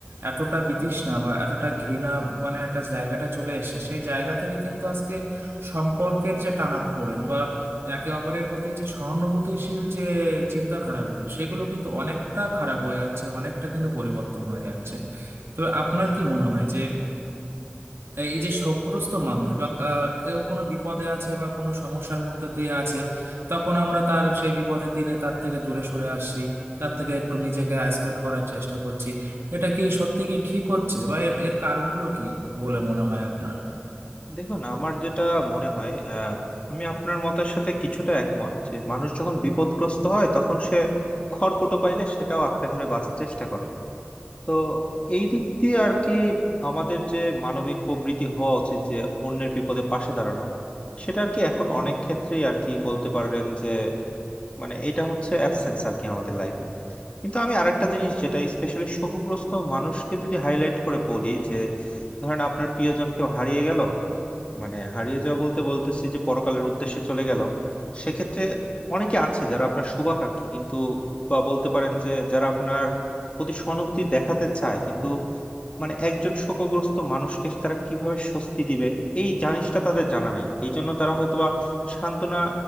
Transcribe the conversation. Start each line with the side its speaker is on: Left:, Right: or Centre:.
Right: এতটা বিতৃষ্ণা বা এতটা ঘৃণা মানে একটা জায়গাটা চলে এসেছে সেই জায়গা থেকে কিন্তু আজকে সম্পর্কের যে টানাপোড়েন বা একে অপরের প্রতি যে সহানুভূতিশীল যে চিন্তাধারাগুলো সেগুলো কিন্তু অনেকটা খারাপ হয়ে যাচ্ছে অনেকটা কিন্তু পরিবর্তন হয়ে যাচ্ছে তো আপনার কি মনে হয় যে এই যে শোকগ্রস্ত মানুষ বা আহ, কেউ কোনো বিপদে আছে বা কোনো সমস্যার মধ্যে দিয়ে আছে তখন আমরা তার সেই বিপদের দিনে তার থেকে দূরে সরে আসছি তার থেকে একটু নিজেকে আইসোলেট করার চেষ্টা করছি এটা কি সত্যি কি ঠিক হচ্ছে বা এর এর কারণগুলো কি বলে মনে হয় আপনার
Left: দেখুন আমার যেটা মনে হয় আহ, আমি আপনার মতের সাথে কিছুটা একমত যে মানুষ যখন বিপদগ্রস্ত হয় তখন সে খড়কুটো পাইলে সেটাও আঁকড়ে ধরে বাঁচার চেষ্টা করে তো এই দিক দিয়ে আর কি আমাদের যে মানবিক প্রবৃত্তি হওয়া উচিত যে অন্যের বিপদে পাশে দাঁড়ানো সেটা আর কি এখন অনেক ক্ষেত্রেই আর কি বলতে পারেন যে মানে এটা হচ্ছে অ্যাবসেন্স আর কি আমাদের লাইফে কিন্তু আমি আরেকটা জিনিস যেটা স্পেশালি শোকগ্রস্ত মানুষকে যদি হাইলাইট করে বলি যে ধরেন আপনার প্রিয়জন কেউ হারিয়ে গেল মানে হারিয়ে যাওয়া বলতে বলতেছি যে পরকালের উদ্দেশ্যে চলে গেল সেক্ষেত্রে অনেকে আছে যারা আপনার শুভাকাঙ্ক্ষী কিন্তু বা বলতে পারেন যে যারা আপনার প্রতি সহানুভূতি দেখাতে চায় কিন্তু মানে একজন শোকগ্রস্ত মানুষকে তারা কিভাবে স্বস্তি দিবে এই জিনিসটা তাদের জানা নাই এই জন্য তারা হয়তোবা সান্ত্বনা